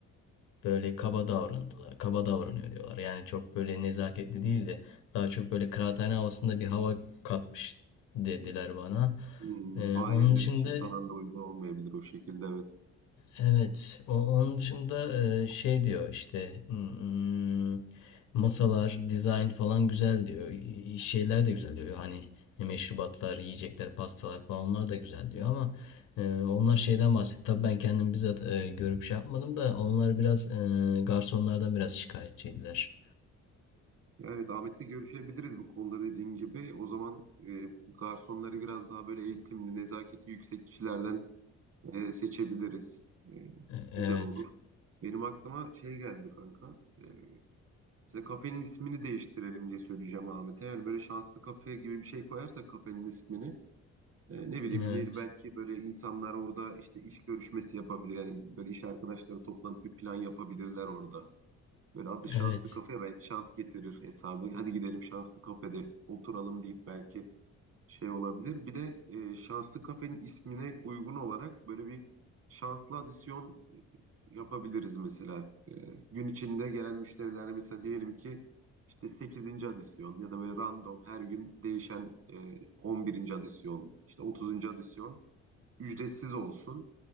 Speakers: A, on the left; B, on the right.
A: böyle kaba davrandılar. Kaba davranıyor diyorlar. Yani çok böyle nezaketli değil de daha çok böyle kıraathane havasında bir hava katmış dediler bana.
B: hmm,
A: Ee,
B: aileler
A: onun dışında
B: için falan da uygun olmayabilir o şekilde evet.
A: Evet, o, onun dışında e, şey diyor işte hmm, masalar, dizayn falan güzel diyor. Y- Şeyler de güzel diyor. Hani meşrubatlar, yiyecekler, pastalar falan onlar da güzel diyor ama e, onlar şeyden bahsetti. Tabii ben kendim bizzat e, görüp şey yapmadım da onlar biraz e, garsonlardan biraz şikayetçiydiler.
B: Ya Evet Ahmet'le görüşebiliriz bu konuda dediğin gibi. O zaman e, garsonları biraz daha böyle eğitimli, nezaketi yüksek kişilerden e, seçebiliriz. E,
A: E, evet,
B: güzel olur. Benim aklıma şey geldi kanka. E, işte kafenin ismini değiştirelim diye söyleyeceğim Ahmet'e. Yani böyle şanslı kafe gibi bir şey koyarsak kafenin ismini. e, ne bileyim
A: evet,
B: ne, belki böyle insanlar orada işte iş görüşmesi yapabilir. Yani böyle iş arkadaşları toplanıp bir plan yapabilirler orada. Böyle adı şanslı
A: evet,
B: kafe belki şans getirir hesabı. Hadi gidelim şanslı kafede oturalım deyip belki şey olabilir. Bir de e, şanslı kafenin ismine uygun olarak böyle bir şanslı adisyon yapabiliriz mesela. E, gün içinde gelen müşterilerle mesela diyelim ki işte sekizinci adisyon ya da böyle random her gün değişen e, on birinci adisyon, işte otuzuncu adisyon ücretsiz olsun.